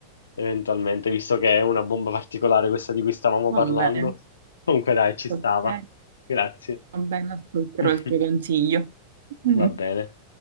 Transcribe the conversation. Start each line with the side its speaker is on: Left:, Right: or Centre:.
Left: eventualmente, visto che è una bomba particolare questa di cui stavamo
Right: Va
Left: parlando.
Right: bene,
Left: Comunque dai, ci stava.
Right: ok.
Left: Grazie.
Right: Va bene, ascolterò
Left: <laughs>
Right: il tuo consiglio. <laughs> Mm.
Left: Va bene.